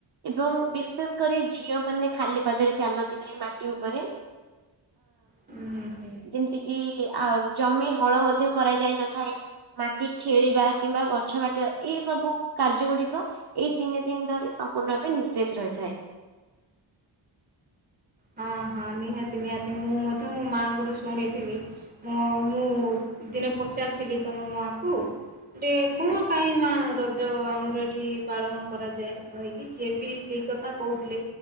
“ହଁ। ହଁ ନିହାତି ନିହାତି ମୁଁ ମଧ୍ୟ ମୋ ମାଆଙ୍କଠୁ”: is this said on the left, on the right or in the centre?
Right